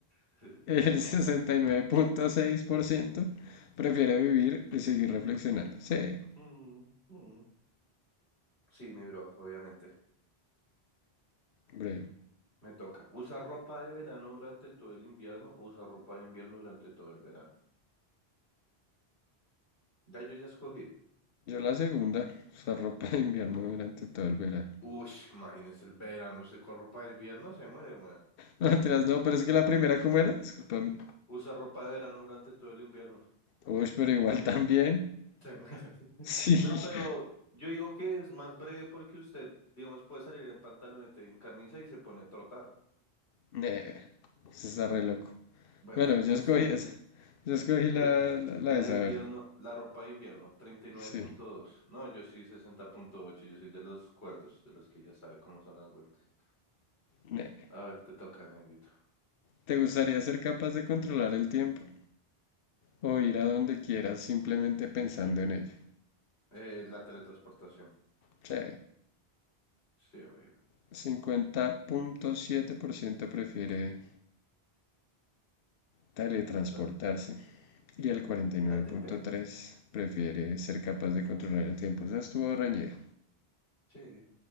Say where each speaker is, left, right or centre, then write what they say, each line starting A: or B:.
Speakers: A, on the left (about 85°); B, on the left (about 65°).
A: <laughs>
B: El sesenta y nueve punto seis por ciento prefiere vivir y seguir reflexionando. Sí.
A: Mm, mm. Sí, mi bro, obviamente.
B: Hombre,
A: Me toca. ¿Usar ropa de verano durante todo el invierno o usar ropa de invierno durante todo el verano? Ya yo ya escogí.
B: yo la segunda, usar ropa de invierno durante todo el verano.
A: Uy,
B: <laughs>
A: imagínese el verano. Usted con ropa de invierno se muere, weón.
B: No, mentiras, no, pero es que la primera, ¿cómo era? Discúlpame.
A: Usa ropa de verano durante todo el invierno.
B: Uy, pero igual también. <laughs>
A: Sí, madre. <laughs>
B: Sí,
A: No, pero yo digo que es más breve porque usted, digamos, puede salir en pantaloneta y en camisa y se pone a trotar.
B: ne, se está re loco.
A: Bueno,
B: Bueno, yo
A: usted,
B: escogí esa. Yo escogí
A: tre-
B: la, la, la
A: la
B: de
A: de
B: saber.
A: invierno, la ropa de invierno, treinta y nueve
B: Sí,
A: punto dos. No, yo sí sesenta punto ocho. yo soy de los cuerdos, de los que ya sabe cómo son las vueltas.
B: ne.
A: A ver, te toca, negrito.
B: ¿Te gustaría ser capaz de controlar el tiempo o ir a donde quieras simplemente pensando en ello?
A: Eh, la teletransportación.
B: Sí,
A: Sí, obvio.
B: 50.7% prefiere teletransportarse.
A: ¿La,
B: Y el 49.3
A: la TP?
B: prefiere ser capaz de controlar el tiempo. Esa estuvo reñida,
A: Sí,